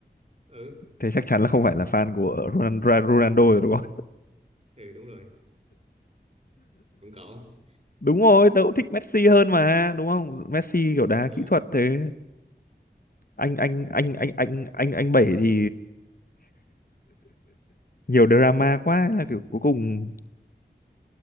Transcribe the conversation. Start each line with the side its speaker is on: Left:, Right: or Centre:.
Right: ừ,
Left: thế chắc chắn là không phải là fan
Right: ừ
Left: của Ronaldo, Ronaldo rồi đúng không
Right: ừ, đúng rồi. Còn cậu,
Left: <laughs> đúng rồi tớ cũng thích Messi hơn mà đúng không Messi kiểu đá
Right: ừ,
Left: kỹ thuật thế anh anh anh
Right: tự nhiên,
Left: anh anh anh anh bảy thì nhiều drama quá là kiểu cuối cùng